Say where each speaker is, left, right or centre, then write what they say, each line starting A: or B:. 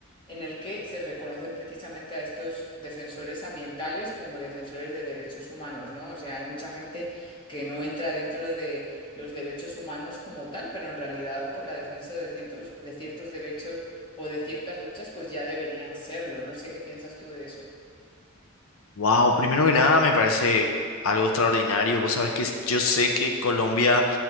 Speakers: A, on the left (about 25°); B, on the left (about 75°).
A: en el que se reconocen precisamente a estos defensores ambientales como defensores de derechos humanos, ¿no? O sea, hay mucha gente que no entra dentro de los derechos humanos como tal, pero en realidad por la defensa de cientos- de ciertos derechos o de ciertas luchas, pues ya deberían serlo. No sé qué piensas tú de eso.
B: Wow, primero que nada me parece algo extraordinario. Vos sabés que yo sé que Colombia